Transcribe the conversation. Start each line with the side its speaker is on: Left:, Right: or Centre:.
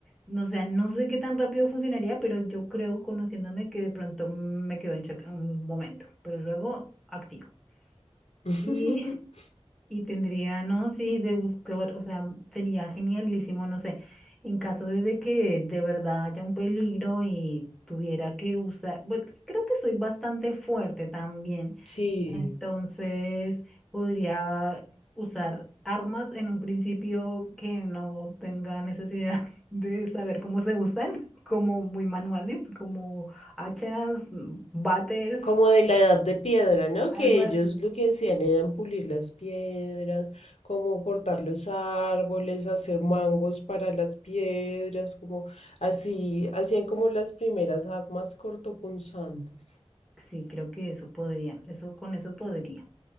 Centre: No, O sea, no sé qué tan rápido funcionaría, pero yo creo, conociéndome, que de pronto me quedo en shock un momento, pero luego activo.
Left: <laughs>
Centre: Y <laughs> Y tendría, no, sí, de buscar, o sea, sería genialísimo, no sé, en caso de de que de verdad haya un peligro y tuviera que usar, bueno, creo que soy bastante fuerte también,
Left: Sí.
Centre: entonces podría usar armas en un principio que no tenga necesidad <laughs> de saber cómo se usan, <laughs> como muy manuales, como hachas, bates,
Left: Como de la edad de piedra, ¿no?
Centre: algo
Left: Que
Centre: así.
Left: ellos lo que hacían eran pulir las piedras, como cortar los árboles, hacer mangos para las piedras, como así, hacían como las primeras armas cortopunzantes.
Centre: Sí, creo que eso podría, eso con eso podría.